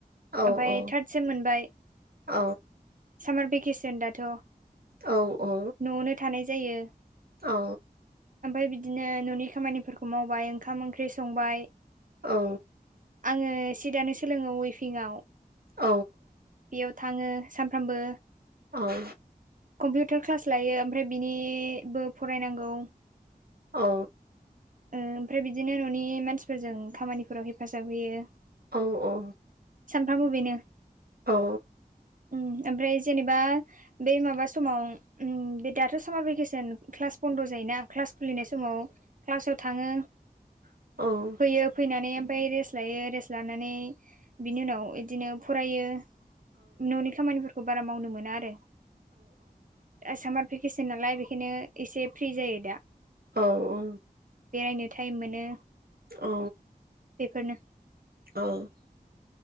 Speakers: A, on the right; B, on the right.
A: औ
B: ओमफ्राय
A: औ
B: थार्द सेम मोनबाय
A: औ
B: सामार भेकेसन दाथ'
A: औ औ।
B: न'आवनो जायो।
A: औ
B: ओमफफ्राय बिदिनो न'नि खामानिफोरखौ मावबाय ओंखाम ओंख्रि संबाय
A: औ
B: आङो सि दानो सोलोङो उइफिंआव
A: औ
B: बेयाव थाङो सानफ्रामबो
A: औ
B: कम्पिउटार क्लास लायो ओमफ्राय बिनिबो फरायनांगौ।
A: औ।
B: ओ ओमफ्राय बिदिनो न'नि मानसिफोरजों खामानिफोराव हेफाजाब होयो।
A: औ औ।
B: फ्रामबो बेनो
A: औ
B: उम ओमफ्राय जेनेबा बेै माबा समाव बे दाथ' सामार भेकेसन क्लास बन्द' जायोना क्लास खुलिनाय समाव क्लासाव थाङो।
A: औ
B: फैयो फैना नै ओमफ्राय रेस्ट लायो रेस्ट लानानै बिनि उनाव बिदिनो फरायो। न'नि खामानिफोरखौ बारा मावनो मोना आरो। आ सामा र भेकेसन नालाय बेखायनो एसे फ्रि जायो दा।
A: औ औ।
B: बेरायनो टाइम मोनो।
A: औ
B: बेफोरनो
A: औ।